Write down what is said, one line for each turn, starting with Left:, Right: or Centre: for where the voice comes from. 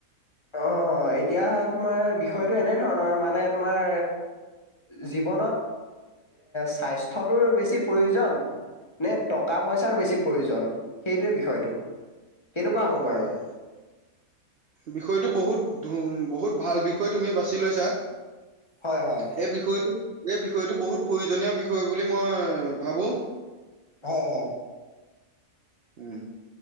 Left: অ এতিয়া তোমাৰ বিষয়টো এনে ধৰণৰ মানে তোমাৰ জ জীৱনত স্বাস্থ্যটোৰ বেছি প্ৰয়োজন নে টকা পইচাৰ বেছি প্ৰয়োজন সেইটোৱে বিষয়টো কেনেকুৱা হ'ব বাৰু?
Right: হয় বিষয়তটো বহুত ধ বহুত ভাল বিষয় তুমি বাছি লৈছা
Left: হয়, হয়,
Right: সেই বিষয়টো এই বিষয়টো বহুত প্ৰয়োজনীয় বিষয় বুলি মই ভাবো
Left: হ হ
Right: উ